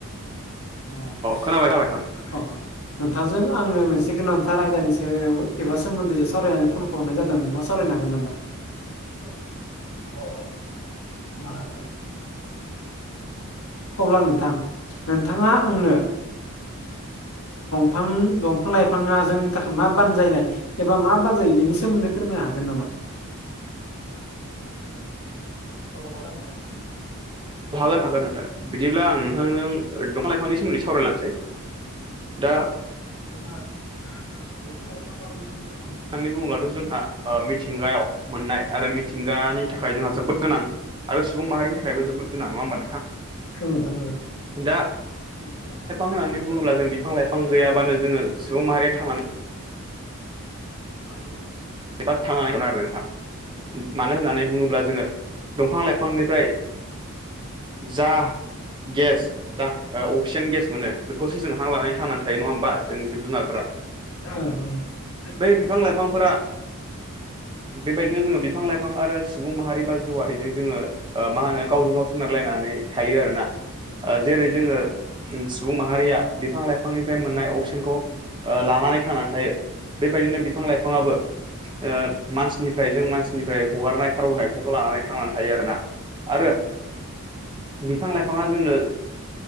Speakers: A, on the left; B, on the right.
A: अ
B: खोनाबाय खोनाबाय नोंथां।
A: नोंथांजों आंङो मोनसे गोनांथार आयदानिसायाव एबा सोमोन्दैसो सावरायनानै फन हरनाय जादों नोंथांङा सावरायनो हागोन नामा
B: साव
A: <unintelligible> <unintelligible> अब्ला नोंथां नोंथांङा आंनो फां दंफां लाइफांङा जोंनि थाखाय मा बानजायनाय एबा मा जायो बेनि सोमोनदै फोरमायनो हागोन नामा औ <unintelligible>
B: हागोन हागोन बिदिब्ला आं नोंथांजों दंफां लाइफांनि सोमोन्दै सावरायलांसै दा
A: जोंहा बिफां लाइफां बेफोर
B: होननानै बुंङोब्लाथ' जोंहा मिथिंगायाव मोननाय आरो मिथिंगानि थाखाय जोंहा जोबोद गोनां आरो सुबुं माहारिनि थाखायबो जोबोर गोन नंङा होमबा नोंथां
A: औ नोंथां औ
B: दा
A: बिफां लाइफां होनना
B: होननानै
A: बुंङोब्ला
B: बुङोब्ला जों बिफां लाइफां
A: गैयाबानो
B: जोङो सुबुं माहारिया थांनानै
A: आरो <inaudible>
B: एबा थांनानैखौ नायबाय नोंथां मानो होननानै बुंङोब्ला जोंङो दंफां लाइफांनिफ्राय जा गेस जा अक्सिजेन गेस मोनो बेखौसो जों हां लानानै थांनानै थायो नंङा होमबा जों जिब जुनारफोरा्रा
A: औ
B: बै बिफां लाइफांफोरा बेबायदिनो जोंङो बिफां लाइफां आरो सुबुं माहारि बा जिउवआरिजों जोंङो मा होनो गावजों गाव सोनारलायनानै मे थायो आरो ना जेरै जोङो सुबुं माहारिया बिफां लाइफांनिफ्राय मोननाय अक्सिजेनखौ लानानै थांनानै थायो बेबायदिनो बिफां लाइफाङा आबो ओ मानसिनिफ्राय जों मानसिनिफ्राय हगार कार्बनडाइ अक्साइ खौ लानानै थांनानै थायो आरोना आरो बिफां लाइफांङा जोंनो